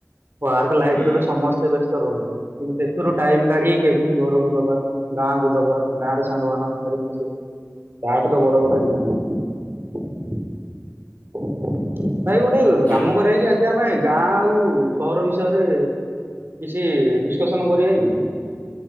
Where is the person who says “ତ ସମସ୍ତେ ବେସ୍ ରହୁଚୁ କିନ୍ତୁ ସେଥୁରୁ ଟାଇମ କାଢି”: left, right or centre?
Right